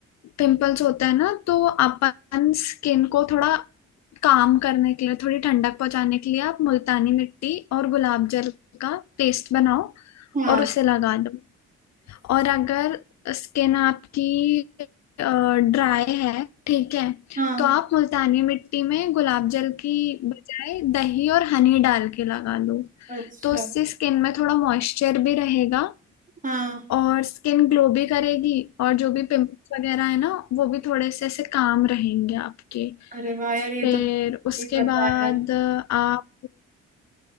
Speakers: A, on the left (about 45°); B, on the right (about 20°).
A: पिंपल्स होता है ना तो अपन स्किन को थोड़ा काम करने के लिए थोड़ी ठंडक पहुंचाने के लिए आप मुल्तानी मिट्टी और गुलाब जल का पेस्ट बनाओ
B: हाँ
A: और उसे लगा दो और अगर स्किन आपकी ड्राई है ठीक है
B: हाँ
A: तो आप मुल्तानी मिट्टी में गुलाब जल की बजाय दही और हनी डाल के लगा दो
B: अच्छा
A: तो उससे स्किन में थोड़ा मॉइस्चर भी रहेगा
B: हाँ
A: और स्किन ग्लो भी करेगी और जो भी पिंपल्स वगैरह है ना वो भी थोड़े से ऐसे काम रहेंगे आपके
B: अरे वाह यार ये
A: फिर
B: तो
A: उसके
B: ये बताया
A: बाद आप